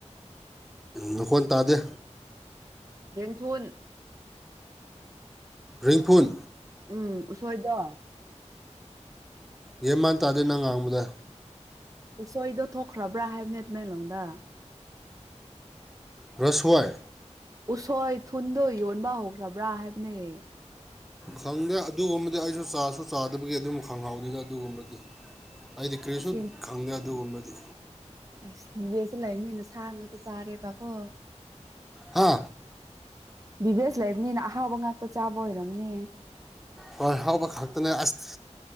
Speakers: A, in the centre; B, on the right.
A: ꯅꯈꯣꯟ ꯇꯥꯗꯦ
B: ꯊ
A: ꯔꯤꯡꯐꯨꯟ
B: ꯎꯝ ꯎꯁꯣꯏꯗ
A: ꯌꯦꯦꯝ ꯃꯥꯟ ꯇꯥꯗꯦ ꯅꯪ ꯉꯥꯡꯕꯗ
B: ꯎꯁꯣꯏꯗꯣ ꯊꯣꯛꯈ꯭ꯔꯕ꯭ꯔꯥ ꯍꯥꯏꯕꯅꯦ ꯇꯃꯥꯏꯂꯣꯗ
A: ꯔꯁꯋꯥꯏ
B: ꯎꯁꯣꯏ ꯊꯨꯟꯗꯣ ꯌꯣꯟꯕ ꯍꯧꯈ꯭ꯔꯕ꯭ꯔꯥ ꯍꯥꯏꯕꯅꯦꯌꯦ
A: ꯈꯪꯗꯦ ꯑꯗꯨꯒꯨꯝꯕꯗꯤ ꯑꯩꯁꯨ ꯆꯥꯁꯨ ꯆꯥꯗꯕꯒꯤ ꯑꯗꯨꯝ ꯈꯪꯍꯧꯗꯦꯗ ꯑꯗꯨꯒꯨꯝꯕꯗꯤ ꯑꯩꯗꯤ ꯀꯔꯤꯁꯨ
B: ꯑꯁꯤꯅ
A: ꯈꯪꯗꯦ ꯑꯗꯨꯒꯨꯝꯕꯗꯤ
B: ꯑꯁ ꯕꯤꯕꯦꯁꯤ ꯂꯩꯕꯅꯤꯅ ꯁꯥ ꯉꯥꯛꯇ ꯆꯥꯔꯦꯕꯀꯣ
A: ꯍꯥ
B: ꯕꯤꯕꯦꯁ ꯂꯩꯕꯅꯤꯅ ꯑꯍꯥꯎꯕ ꯉꯥꯛꯇ ꯆꯥꯕ ꯑꯣꯏꯔꯝꯅꯦ
A: ꯍꯣꯏ ꯍꯥꯎꯕ ꯈꯛꯇꯅꯦ ꯑꯁ